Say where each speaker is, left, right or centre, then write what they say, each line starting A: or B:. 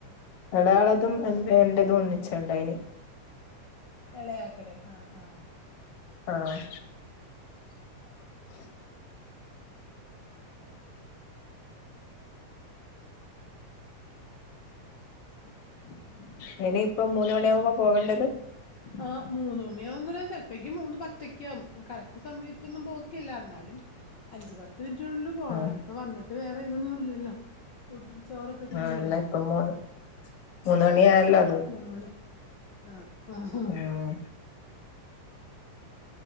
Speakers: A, on the left; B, on the left.
A: ഒടയാളതും എന്റതും ഒന്നിച്ചുണ്ടായിന്
B: എളയാക്കടയും ആഹ് ആ
A: ആഹ്
B: <unintelligible> <inaudible>
A: ഉ
B: <unintelligible> <inaudible>
A: അയിനി ഇപ്പം മൂന്ന് മണി ആവുമ്പോ പോവേണ്ടത്
B: ആ മൂന്ന മണിയാവുന്ന ചെലപ്പേക്ക് മൂന്ന് പത്ത് ഒക്കെ ആവുംകറക്റ്റ് സമയത്തൊന്നും പോ ല്ല എന്നാലും അഞ്ചു പത്ത് മിനിറ്റിനുള്ളിൽ പോണം
A: ആ
B: ഇനിയിപ്പോ വന്നിട്ട് വേറെ ഇതൊന്നും ഇല്ലല്ലോ ഫുഡും ചോറൊക്കെ തിന്നില്ലേ
A: ആ <unintelligible> മൂന്ന് മണി ആയല്ലോ
B: മൂന്നോളി ആഹ് ആഹ്
A: ഉം